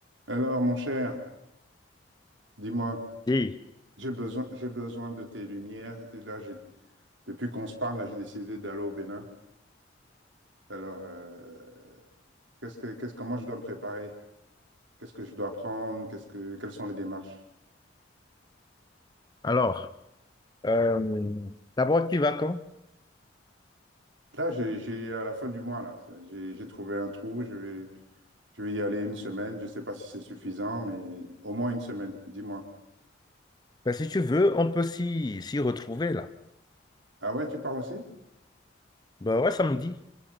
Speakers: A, on the right (about 85°); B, on the left (about 20°).
A: Alors, mon cher, dis-moi,
B: Et
A: j'ai besoin, j'ai besoin de tes lumières. Et là, j'ai- depuis qu'on se parle, là, j'ai décidé d'aller au Bénin. Alors, euh, qu'est-ce que, qu'est-ce, comment je dois me préparer? Qu'est-ce que je dois prendre? Qu'est-ce que, quelles sont les démarches?
B: Alors, euh, d'abord, tu vas quand?
A: Là, j'ai, j'ai, à la fin du mois, là, ça- j'ai, j'ai trouvé un trou. Je vais, je vais y aller une semaine. Je ne sais pas si c'est suffisant, mais au moins une semaine. Dis-moi.
B: Ben, si tu veux, on peut s'y s'y retrouver là.
A: Ah ouais, tu pars aussi?
B: Ben ouais, samedi.